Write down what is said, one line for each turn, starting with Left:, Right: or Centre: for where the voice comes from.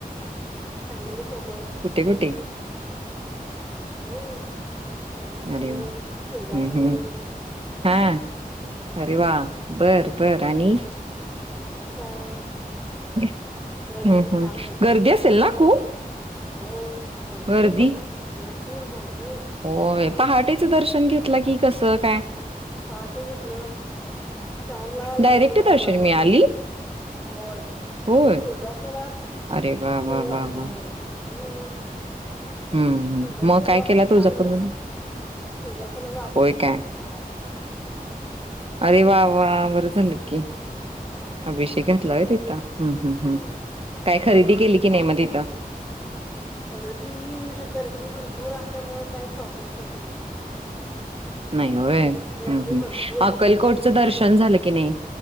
Centre: फॅमिली सोबत.
Right: कुठे कुठे?
Centre: आणि होय, पंढरपूर,
Right: अरे वा!
Centre: तुळजापूर,
Right: हं हं. हां.
Centre: हम्
Right: अरे वा!
Centre: हम्
Right: बर
Centre: हम्
Right: बर आणि
Centre: आणि काय?
Right: हम्म.
Centre: दर्शन
Right: हम्.
Centre: छान झालं
Right: गर्दी असेल ना खूप?
Centre: हो. भरपूर..
Right: गर्दी?
Centre: भरपूर.. भरपूर..
Right: होय. पहाटेचं दर्शन घेतलं की कसं काय
Centre: पहाटे घेतलं. चार ला लाईनिंगला
Right: डायरेक्ट दर्शन
Centre: उभारलं
Right: मिळाली?
Centre: आम्ही होय,
Right: होय.
Centre: तुळजापुरात
Right: अरे वा वा
Centre: तुळजा
Right: वा
Centre: हम.
Right: वा! हं हं.
Centre: पंढरपूरला
Right: मग काय केला
Centre: पण
Right: तुळजापूरमध्ये?
Centre: छान मिळालं. तुळजापूरला अभिषेक
Right: होय
Centre: घातला.
Right: काय?
Centre: हम्म
Right: अरे वा..
Centre: हम्म
Right: वा.. बरं झालं की,
Centre: हम्म
Right: अभिषेक घातला तिथ हम्म्,
Centre: होय
Right: हम,
Centre: हम्म
Right: काय खरेदी केली की नाही मग, कता
Centre: खरेदी गर्दी भरपूर असल्यामुळें काय शॉपिंग केली नाही.
Right: नाही हो््
Centre: गर्दी भरपूर
Right: अक्कलकोटचं दर्शन झालं की नाही